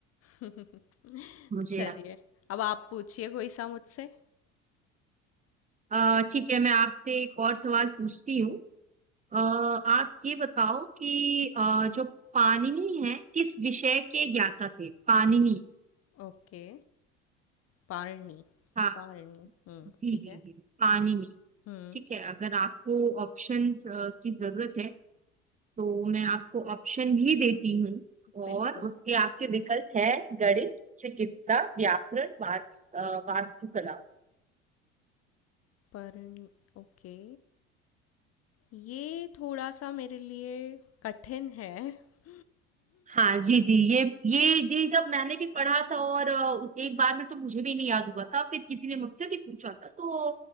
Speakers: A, on the left; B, on the right.
A: <laughs>
B: मुझे
A: चलिए
B: याद
A: अब आप पूछिए कोई सा मुझसे
B: अ, ठीक है मैं आपसे एक और सवाल पूछती हूँ अ, आप ये बताओ कि अ, जो पाणिनि है किस विषय के ज्ञाता थे पाणिनि
A: ओके पारणी
B: हाँ
A: पारणी हम्म
B: जी
A: ठीक
B: जी
A: है
B: जी जी, पाणिनि
A: हम्म
B: ठीक है अगर आपको ऑप्शंस की जरूरत है तो मैं आपको ऑप्शन भी देती हूँ और
A: बिल्कुल
B: उसके आपके विकल्प है गणित चिकित्सा व्याकरण वास्तु वास्तुकला
A: पारणी ओके ये थोड़ा सा मेरे लिए कठिन है <laughs>
B: हाँ जी जी ये ये ये जब मैंने भी पढ़ा था और अ, उस एक बार में तो मुझे भी नहीं याद हुआ था फिर किसी ने मुझसे भी पूछा था तो